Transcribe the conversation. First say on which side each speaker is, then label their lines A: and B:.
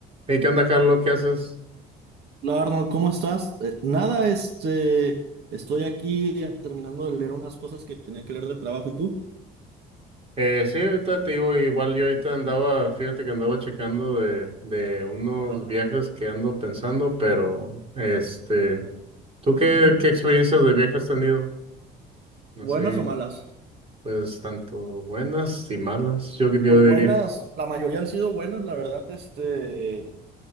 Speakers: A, on the right; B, on the right.
A: Hey, ¿qué onda, Carlos? ¿Qué haces?
B: Hola Arnold, ¿cómo estás? Eh, nada, este, estoy aquí eh, terminando de leer unas cosas que tenía que leer del trabajo, ¿y tú?
A: Eh, sí, ahorita te digo, igual yo ahorita andaba, fíjate que andaba checando de, de unos
B: Ajá.
A: viajes que ando pensando, pero este, ¿tú qué,
B: ujú.
A: qué experiencias de viaje has tenido? Así,
B: ¿Buenas o malas?
A: pues, tanto buenas y malas, yo, yo
B: Pues buenas,
A: diría.
B: la mayoría han sido buenas, la verdad, este,